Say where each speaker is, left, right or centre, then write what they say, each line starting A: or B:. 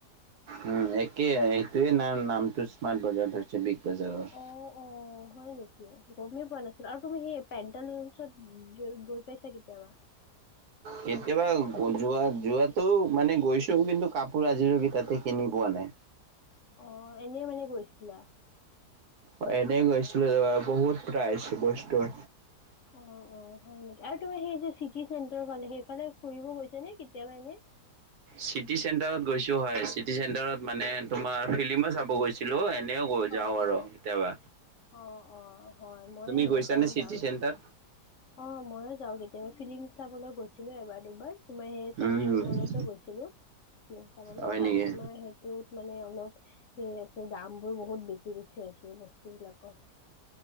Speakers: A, on the right; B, on the left.
A: উমঁ একেই এইটোয়ে নাম নামটো স্মাৰ্ট বজাৰ ধৰিছে বিগ বজাৰৰ।
B: অঁ অঁ! হয় নেকি গমেই পোৱা নাছিলো আৰু তুমি সেই পেন্টালুইটত গৈ পাইছা কেতিয়াবা? <inaudible>
A: কেতিয়াবা যোৱা যোৱাটো মানে গৈছো কিন্তু কাপোৰ আজিলৈকে তাতে কিনি পোৱা নাই
B: অ এনেই মানে গৈছিলা?
A: অ এনেই
B: অ'
A: গৈছিলো এবাৰ বহুত প্ৰাইজ বস্তুৰ
B: অ অ হয় নেকি, আৰু তোমাৰ সেই যে চিটি চেণ্টাৰ ফালে সেইফালে ফুৰিব গৈছা নে কেতিয়াবা এনে?
A: চিটি চেণ্টাৰত গৈছো হয় চিটি চেণ্টাৰত মানে তোমাৰ ফিল্মো চাব গৈ ছিলো এনেও গ যাওঁ
B: অ'
A: আৰু
B: অ'।
A: কেতিয়াবা।
B: অ অ হয় মই
A: তুমি
B: সেনেকুৱাই
A: গৈছানে চিটি
B: যাওঁ।
A: চেণ্টাৰ
B: অ মইয়ো যাও কেতিয়াবা ফিল্ম চাবলৈ গৈছিলো এবাৰ দুবাৰ তোমাৰ সেই চেন্ট্ৰেল
A: উম
B: মলতো গৈছিলো ফ্লিম চাবলৈ
A: হয়
B: আৰু
A: নেকি
B: তোমাৰ হে ত মানে অলপ সেই আছে দাম বোৰ বহুত বেছি বেছি আছে বস্তু বিলাকৰ